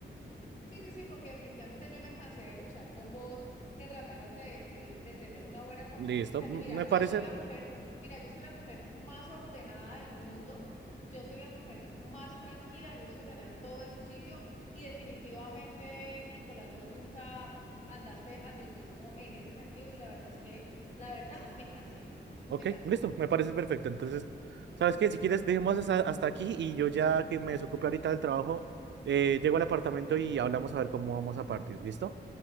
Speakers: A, on the left (about 40°); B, on the right (about 80°).
A: Sí, sí, sí, porque definitivamente yo me cansé de luchar con vos, que trataras de, de, de tener una buena convivencia.
B: Listo, m-
A: Y mira,
B: me
A: yo
B: parece,
A: soy la mujer, mira, yo soy la mujer más ordenada del mundo, yo soy la mujer más tranquila, me gusta tener todo en su sitio y definitivamente, Nicolás, vos nunca andaste a mi ritmo en ese sentido y la verdad es que, la verdad, me cansé, Nicolás,
B: Ok,
A: me cansé.
B: listo, me parece perfecto. Entonces, ¿sabes qué? Si quieres, dejemos hasta, hasta aquí y yo ya que me desocupe ahorita del trabajo, eh, llego al apartamento y hablamos a ver cómo vamos a partir. ¿Listo?